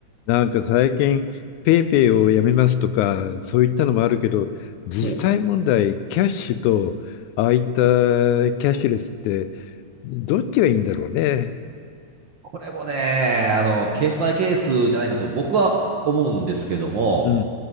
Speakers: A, on the left (about 80°); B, on the right (about 60°).
A: なんか最近、ペイペイをやめますとか、そういったのもあるけど、実際問題、
B: ほう。
A: キャッシュと、ああいったキャッシュレスって、どっちがいいんだろうね。
B: これもね、あの、ケースバイケースじゃないかと僕は思うんですけども、
A: うんう